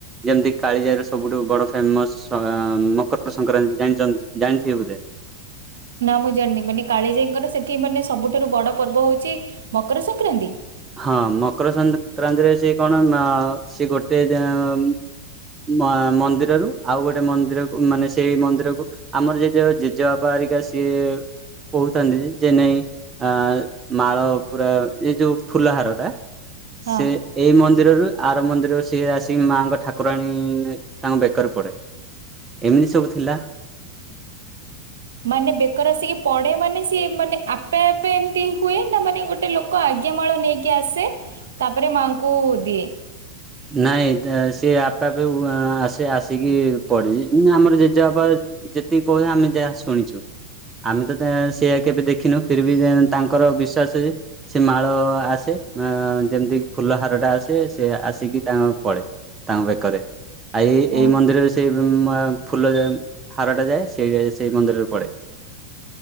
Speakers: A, on the right; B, on the right.
A: ଯେମିତି କାଳିଜାଇର ସବୁଠୁ ବଡ ଫେମସ୍ <unintelligible> ମକର ସଂକ୍ରାନ୍ତି ଜାଣିଚନ୍ତି ଜାଣିଥିବେ ବୋଧେ?
B: ନା ମୁଁ ଜାଣିନି ମାନେ କାଳିଜାଇଙ୍କର ସେଠି ମାନେ ସବୁଠାରୁ ବଡ ପର୍ବ ହଉଛି ମକର ସଂକ୍ରାନ୍ତି?
A: ହଁ ମକର ସଂକ୍ରାନ୍ତିରେ ସେ କଣ ମାଅ ସେ ଗୋଟେ <unintelligible> ମା ମନ୍ଦିରରୁ ଆଉ ଗୋଟିଏ ମନ୍ଦିରକୁ ମାନେ ସେଇ ମନ୍ଦିରକୁ ଆମର ଜେଜ ଜେଜେବାପା ହେରିକା ସିଏ କହୁଛନ୍ତି ଯେ ଚେନେଇ ଆ ମାଳ ପୁରା ଏ ଯୋଉ ଫୁଲହାରହାରଟା
B: ହଁ
A: ସେ ଏଇ ମନ୍ଦିରରୁ ଆର ମନ୍ଦିରରୁ ସିଏ ଆସିକି ମାଆଙ୍କ ଠାକୁରାଣୀ ତାଙ୍କ ବେକର ପଡେ। ଏମିତି ସବୁ ଥିଲା।
B: ମାନେ ବେକର ଆସିକି ପଡେ ମାନେ ସିଏ ମାନେ ଆପେ ଆପେ ଏମତି ହୁଏ ନା ମାନେ ଗୋଟିଏ ଲୋ କ ଆଜ୍ଞା ମାଳ ନେଇକି ଆସେ ତାପରେ ମାଆଙ୍କୁ ଦିଏ।
A: ନାଇଁ ତ ସିଏ ଆପେ ଆପେ <unintelligible> ଆସେ ଆସିକି ପଢ଼ିବି, ଉଁ ଆମର ଜେଜେବାପା ଯେତିକି କହୁ <unintelligible> ଆମେ ଯାହା ଶୁଣିଛୁ। ଆମେ ତ ତା ସେୟା କେବେ ଦେଖିନୁ, ଫିର ବି ଜେଁ ତାଙ୍କର ବିଶ୍ଵାସ ଯେ ସେ ମାଳ ଆସେ ଆ ଯେମତିକି ଫୁଲ ହାରଟା ଆସେ ସେ ଆସିକି ତାଙ୍କ ପଳେ, ତାଙ୍କ ବେକରେ ଆ ଏଇ
B: ଓ
A: ଏଇ ମନ୍ଦିରରେ ସେ <unintelligible> ଫୁଲ ଯାଏ ହାରଟା ଯାଏ, ସେଇଯାଏ ସେଇ ମନ୍ଦିରରେ ପଡେ।